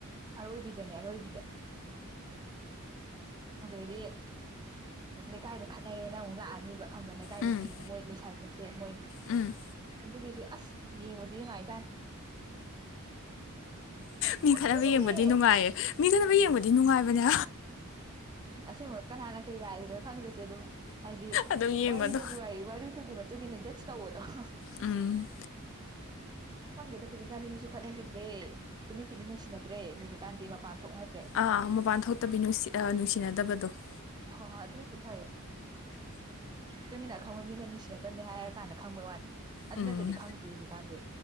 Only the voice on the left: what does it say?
ꯎꯝ
ꯎꯝ
ꯃꯤ ꯈꯠꯅꯕ
ꯌꯦꯡꯕꯗꯤ ꯅꯨꯡꯉꯥꯏꯌꯦ ꯃꯤ ꯈꯠꯅꯕ ꯌꯦꯡꯕꯗꯤ ꯑꯗꯨ ꯅꯨꯡꯉꯥꯏꯕꯅꯦ
ꯑꯗꯨꯝ ꯌꯦꯡꯕꯗꯣ
ꯎꯝ
ꯑꯥ ꯃꯄꯥꯟ ꯊꯣꯛꯇꯕꯤꯁꯤ ꯅꯨꯡꯁꯤꯅꯗꯕꯗ ꯑꯗꯨꯣ <inaudible>
ꯎꯝ